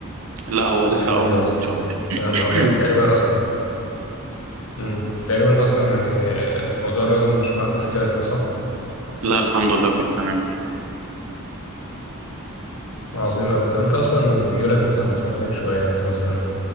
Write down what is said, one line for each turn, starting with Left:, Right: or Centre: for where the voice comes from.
Right: لا هو لسه
Left: علم
Right: اه
Left: رياضة
Right: موجود شويه <clears throat>
Left: تمام أوي يعني تقريبا أصلا مم. تقريبا أصلا يعني آه، موضوع الرياضة مش معاك مشكلة فيه صح؟
Right: لا الحمد لله كله تمام يعني
Left: عظيم أوي طب أنت أصلا ميولك مثلا بتروح فين شوية يعني أنت مثلا